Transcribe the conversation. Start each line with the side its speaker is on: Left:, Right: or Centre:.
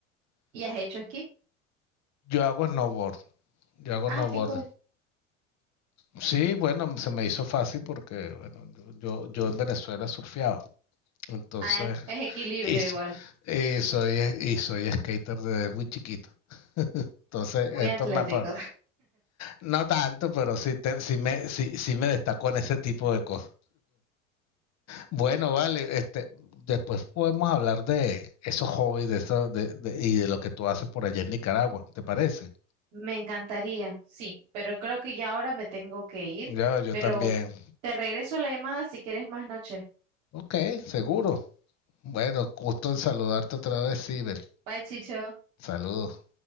Right: ¿Y has hecho esquí?
Left: Yo hago snowboard, yo hago
Right: Ah,
Left: snowboard.
Right: qué cool.
Left: Sí, bueno, se me hizo fácil porque bueno, yo, yo, yo en Venezuela surfeaba. Entonces,
Right: Ah, es equilibrio
Left: y, so-
Right: igual,
Left: y soy, y soy skater desde muy chiquito. Entonces,
Right: muy
Left: esto
Right: atlético.
Left: me afa- no tanto, pero sí, te, sí me, sí, sí me destacó en ese tipo de cosas. Bueno, vale, este, después podemos hablar de esos hobbies de eso, de, de- y de lo que tú haces por allá en Nicaragua, ¿te parece?
Right: Me encantaría, sí, pero creo que ya ahora me tengo que ir,
Left: Yo, yo
Right: pero
Left: también.
Right: te regreso la llamada si quieres más noche.
Left: Ok, seguro. Bueno, gusto en saludarte otra vez, Sibel.
Right: Bye, Chicho.
Left: Saludos.